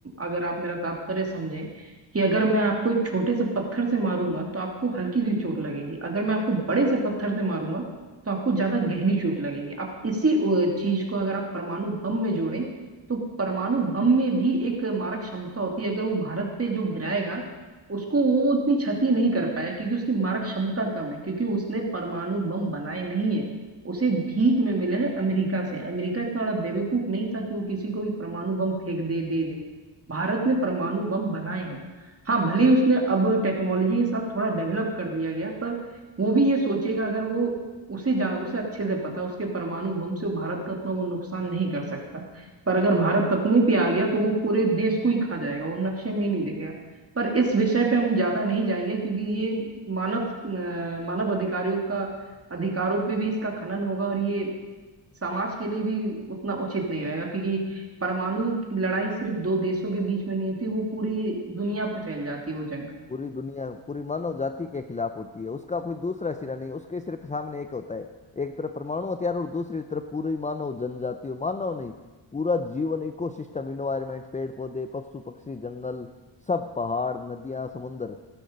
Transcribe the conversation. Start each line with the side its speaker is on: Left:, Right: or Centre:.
Right: अगर आप मेरा तात्पर्य समझें कि अगर मैं आपको एक छोटे से पत्थर से मारूंगा तो आपको हल्की सी चोट लगेगी अगर मैं आपको बड़े से पत्थर से मारूंगा तो आपको ज्यादा गहरी चोट लगेगी आप इसी अ, चीज को अगर आप परमाणु बम में जोड़ें तो परमाणु बम में भी एक मारक क्षमता होती है अगर वो भारत पे जो गिराएगा उसको वो उतनी क्षति नहीं कर पाया क्योंकि उसकी मारक क्षमता कम है क्योंकि उसने परमाणु बम बनाए नहीं है उसे भीख में मिले हैं अमेरिका से अमेरिका इतना बड़ा बेवकूफ नहीं था कि वो किसी को भी परमाणु बम फेंक दे दे दे भारत ने परमाणु बम बनाए हैं हाँ भले ही उसने अब टेक्नोलॉजी के साथ थोड़ा डेवलप कर लिया गया पर वो भी ये सोचेगा अगर वो उसे जा उसे अच्छे से पता उसके परमाणु बम से वो भारत का इतना वो नुकसान नहीं कर सकता पर अगर भारत अपने पे आ गया तो वो पूरे देश को ही खा जाएगा वो नक्शे में ही नहीं दिखेगा पर इस विषय पे हम ज्यादा नहीं जाएंगे क्योंकि ये मानव अ, मानव अधिकारियों का अधिकारों पे भी इसका खनन होगा और ये समाज के लिए भी उतना उचित नहीं रहेगा क्योंकि परमाणु की लड़ाई सिर्फ दो देशों के बीच में नहीं होती वो पूरी दुनिया पे फैल जाती है वो जंग
Left: पूरी दुनिया पूरी मानव जाति के खिलाफ होती है उसका कोई दूसरा सिरा नहीं उसके सिर्फ सामने एक होता है एक तरफ परमाणु हथियार और दूसरी तरफ पूरी मानव जनजाति और मानव नहीं पूरा जीवन इकोसिस्टम इन्वायरमेंट पेड़ पौधे पशु पक्षी जंगल सब पहाड़ नदियां समुंदर